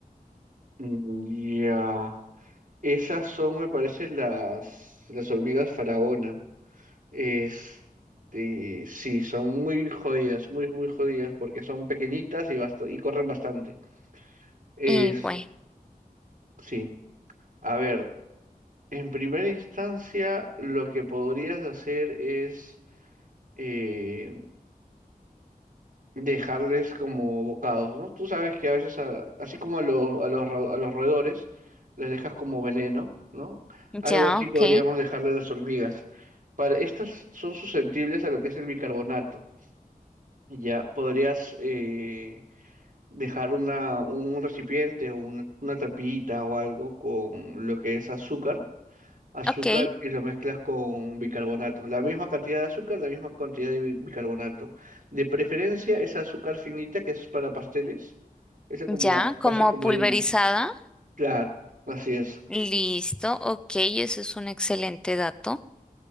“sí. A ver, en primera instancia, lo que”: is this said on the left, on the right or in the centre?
Right